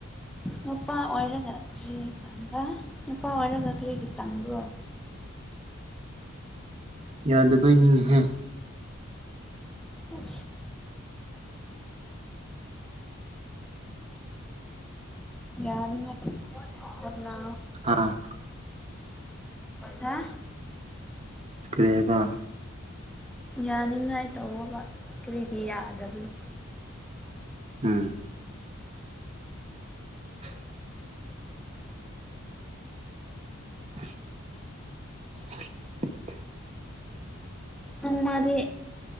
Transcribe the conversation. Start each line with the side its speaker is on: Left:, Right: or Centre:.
Centre: ꯅꯨꯄꯥ ꯑꯣꯏꯔꯒ ꯀꯔꯤꯒꯤ ꯇꯕ ꯅꯨꯄꯥ ꯑꯣꯏꯔꯒ ꯀꯔꯤꯒꯤ ꯇꯕ꯭ꯔꯣ
Right: ꯌꯥ ꯑꯗꯨꯕꯩꯅꯤꯍꯦ
Centre: ꯑ ꯌꯥꯅꯤꯉꯅꯥ
Right: ꯍꯥꯥ
Centre: ꯍꯥ
Right: ꯀ꯭ꯔꯦꯕ
Centre: ꯌꯥꯅꯤꯡꯉꯥꯏ ꯇꯧꯕ ꯀꯔꯤꯒꯤ ꯌꯥꯗꯕꯅꯣ
Right: ꯎꯝ ꯎ <inaudible>
Centre: ꯅꯣꯡ ꯃꯥꯗꯤ